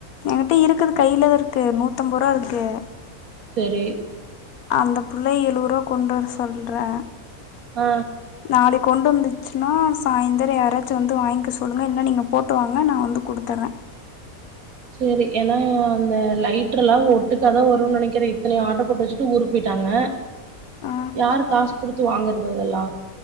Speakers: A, on the left (about 70°); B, on the right (about 65°).
A: எங்கிட்டயூ இருக்குது கையில தா இருக்கு நூத்தம்பது ருவா இருக்கு
B: சேரி
A: அந்த புள்ளைய எழுவது ரூவா கொண்டு வர சொல்றே
B: அ
A: நாளைக்கு கொண்டு வந்துச்சுன்னா சாய்ந்தரோ யாராச்சு வந்து வாங்கிக்க சொல்லுங்க இல்லனா நீங்க போட்டு வாங்க நா வந்து குடுத்தர்ற
B: சேரி எல்லா அந்த லைட்டர்லா ஒட்டுக்காதா வருன்னு நினைக்கற இத்தனைய ஆட்ட போட்டு வச்சுட்டு ஊருக்கு போயிட்டாங்க
A: ஆ
B: யாரு காஸ் குடுத்து வாங்கறது இதல்லா